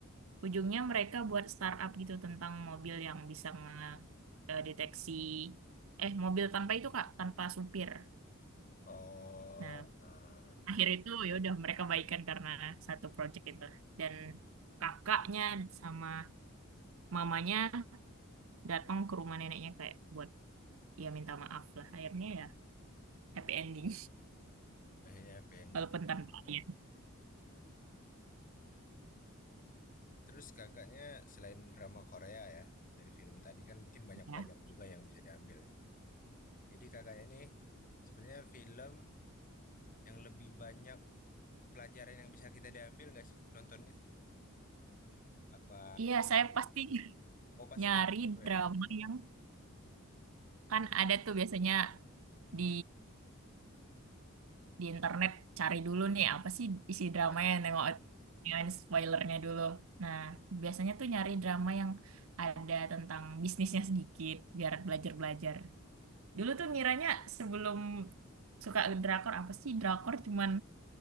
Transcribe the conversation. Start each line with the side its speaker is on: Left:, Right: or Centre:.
Right: ujungnya mereka buat startup gitu tentang mobil yang bisa ngedeteksi eh mobil tanpa itu Kak, tanpa supir.
Left: Oh,
Right: Nah,
Left: eee,
Right: akhir itu ya udah mereka baikan karena satu project itu. Dan kakaknya sama mamanya datang ke rumah neneknya kayak buat ya minta maaf lah. Akhirnya ya happy ending
Left: akhirnya happy
Right: <laughs>
Left: ending.
Right: walaupun tanpa ayah
Left: Mmm, terus Kakaknya selain drama Korea ya, dari film tadi kan mungkin banyak
Right: ya.
Left: pelajaran juga yang bisa diambil ya. Jadi Kakaknya nih, sebenarnya film yang lebih banyak pelajaran yang bisa kita diambil nggak sih nontonnya gitu? Apa
Right: Iya, saya pasti <laughs>
Left: oh pastinya
Right: nyari
Left: di situ
Right: drama
Left: ya?
Right: yang Kan ada tuh biasanya
Left: Mhm,
Right: di di internet cari dulu nih apa sih isi dramanya
Left: iya.
Right: nengok yang spoilernya dulu. Nah, biasanya tuh nyari drama yang ada tentang bisnisnya sedikit biar belajar-belajar. Dulu tuh ngiranya sebelum suka drakor apa sih drakor cuman